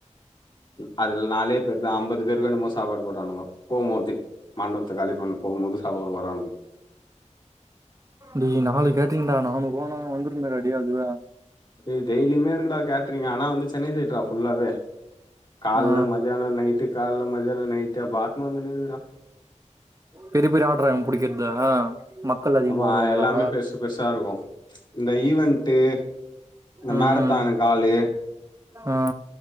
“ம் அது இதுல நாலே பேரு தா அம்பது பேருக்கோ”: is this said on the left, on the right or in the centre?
Left